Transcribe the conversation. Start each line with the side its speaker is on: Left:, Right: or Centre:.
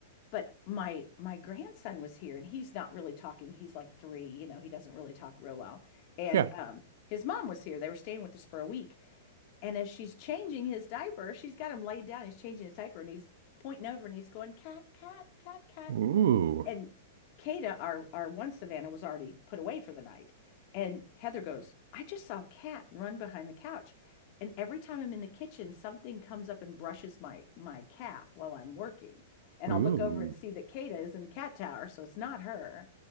Left: but my my grandson was here and he's not really talking. He's like three, you know, he doesn't really talk real well. And
Right: Yeah.
Left: um his mom was here. They were staying with us for a week. And as she's changing his diaper, she's got him laid down. He's changing his diaper and he's pointing over and he's going, cat, cat, cat, cat
Right: Ooh.
Left: and Kata, our our one Savannah, was already put away for the night. And Heather goes, I just saw a cat run behind the couch. And every time I'm in the kitchen, something comes up and brushes my my calf while I'm working. And
Right: Ooh.
Left: I'll look over and see that Kata is in the cat tower, so it's not her.